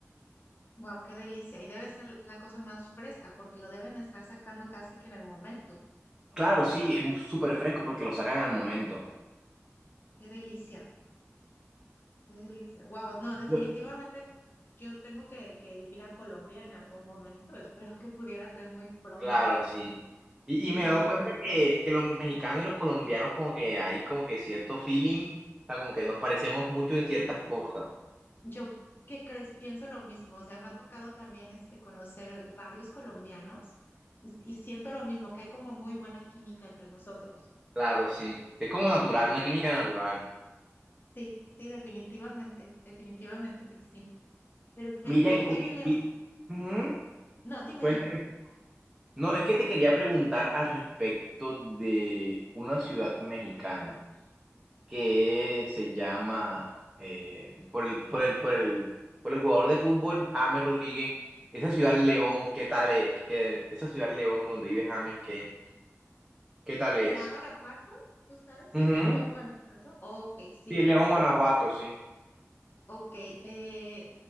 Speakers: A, on the left; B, on the right.
A: Wow, qué delicia. Y debe ser la cosa más fresca porque lo deben estar sacando casi que en el momento.
B: Claro, sí, es súper fresco porque lo sacan al momento.
A: Qué delicia. Qué delicia. Wow, no, definitivamente
B: Bu-
A: yo tengo que, que ir a Colombia en algún momento. <laughs> Espero que pudiera ser muy pronto.
B: Claro, sí. Y,
A: Y
B: y me he dado cuenta que, que los mexicanos y los colombianos como que hay como que cierto feeling, o sea, como que nos parecemos mucho en ciertas cosas.
A: yo, ¿qué crees? Pienso lo mismo. O sea, me ha tocado también este, conocer varios colombianos y, y siento lo mismo, que hay como muy buena química entre nosotros.
B: Claro, sí. Es como natural, una química natural.
A: Sí, sí, definitivamente, definitivamente que sí. Perfecto.
B: Miriam, y
A: Oye,
B: te... que-
A: Leo,
B: y- Ujú,
A: no, dime,
B: Cuéntame.
A: dime,
B: No, es que te quería preguntar al respecto de una ciudad mexicana. que se llama eh, por el, por el, por el, por el jugador de fútbol James Rodríguez. Esa ciudad León, ¿qué tal es? ¿Qué- esa ciudad León donde vive James, ¿qué, qué tal es?
A: ¿será Guanajuato? ¿Tú sabes
B: Ujú.
A: si es León Guanajuato? Ok, sí.
B: Sí, León, Guanajuato, sí.
A: Ok, eh,